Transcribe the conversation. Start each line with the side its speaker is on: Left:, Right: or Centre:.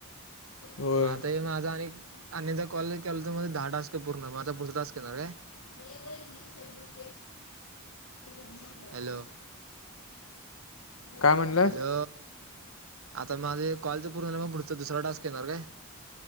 Left: होय
Right: मता हे माझा आणि आणिदा कॉल केला तर मध्ये दहा तासक पूर्णार माझता पुढचा तासक करणार काय
Left: ह
Right: हॅलो
Left: काय म्हणलास
Right: हॅलो आता माझे कॉलच पूर्ण झाला म पुढ तर दुसरा टास्क येणार काय